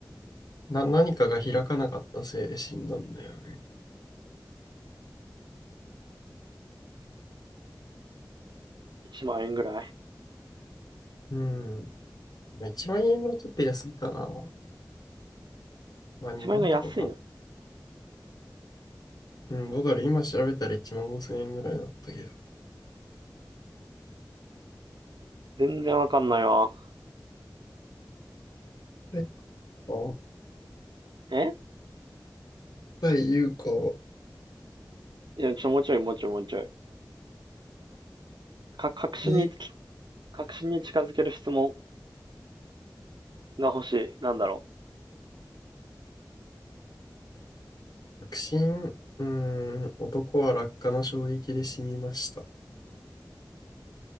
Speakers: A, on the left; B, on the right.
A: な、何かが開かなかったせいで死んだんだよね。
B: ?1 万円ぐらい
A: うん。まあ、1万円はちょっと安いかな。まあ2万とかか。
B: ?1 万円が安いの
A: うん、どうだろう。今調べたら1万5千円ぐらいだったけど。
B: 全然わかんないわ。
A: はいあ
B: え
A: はい言うか。
B: いや、ちょ、もうちょい、もうちょい、もうちょい。か、確信につき、
A: で、
B: 確信に近づける質問が欲しい。なんだろう
A: 確信、うーん、男は落下の衝撃で死にました。